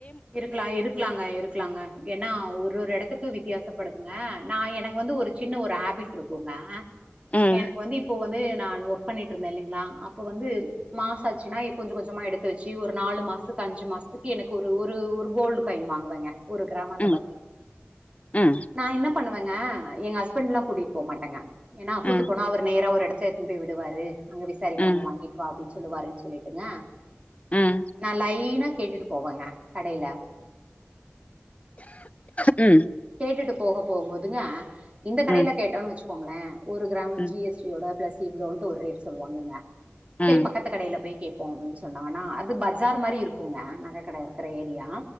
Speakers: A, on the right; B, on the left.
A: இருக்கலா இருக்கலாங்க இருக்கலாங்க ஏன்னா ஒரு ஒரு எடத்துக்கு வித்தியாசப்படு ங்க நா எனக்கு வந்து ஒரு சின்ன ஒரு ஹேபிட் இருக்குங்க
B: ம்
A: எனக்கு வந்து இப்போ வந்து நா ஒர்க் பண்ணிட்டு இருந்தே இல்லைங்களா அப்ப வந்து மாச ஆச்சுனா கொஞ்ச கொஞ்சமா எடுத்து வச்சு ஒரு நாலு மாச த்துக்கு அஞ்சு மாசத்துக்கு எனக்கு ஒரு ஒரு கோல்டு காயின் வாங்குவங்க ஒரு கிராம் அந்த
B: ம்
A: மாதிரி
B: ம்
A: நா என்ன பண்ணுவங்க எங்க ஹஸ்பண்ட் எல்லா கூட்டிகிட்டு போ மாட்டங்க ஏன்னா கூட்டு
B: ம்
A: போனா அவர் நேரா ஒரு எடத் சேத்துன்னு போய் விடுவாரு அங்க விசாரிக்காம
B: ம்
A: வாங்கிட்டு வா அப்படின் சொ சொல்லுவாருன்னு சொல்லிட்டுங்க
B: ம்
A: உம்
B: ம்
A: நா லைனா கேட்டுட்டு போவங்க கடைல
B: ம்
A: கேட்டுட்டு போக போகும் போதுங்க இந்த கடைல
B: ம்
A: கேட்டோன்னு வச்சு கோங்களே ஒரு கிராமு
B: ம்
A: ஜி எஸ் டி யோட பிளஸ் இவ்லோன்டு ஒரு ரேட் சொல்லுவாங்க
B: ம்
A: சேரி பக்கத்து கடையில போய் கேக் கேட்டோ அப்டின்னு சொன்னாங்கன்னா அது பஜார் மாரி இருக்கோங்க நகை கட இருக்குற ஏரியா